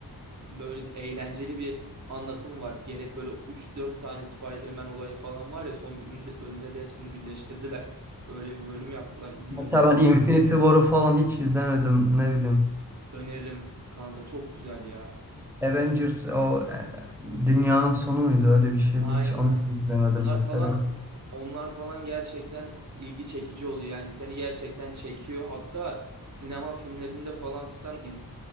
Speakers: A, on the right; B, in the centre.
A: böyle eğlenceli bir anlatımı var. Gerek böyle üç dört tane Spider-Man olayı falan var ya son bölümde, bölümde de hepsini birleştirdiler. Öyle bir bölüm yaptılar. Bilmiyorum.
B: Hatta ben Infinity War'u falan hiç izlemedim ne bileyim.
A: Öneririm kanka çok güzel ya.
B: Avengers o e, dünyanın sonu muydu öyle bir şeydi
A: Aynen
B: hiç onu
A: aynen.
B: izlemedim
A: Onlar
B: mesela.
A: falan onlar falan gerçekten ilgi çekici oluyor. Yani seni gerçekten çekiyor. Hatta sinema filmlerinde falan fistan iz-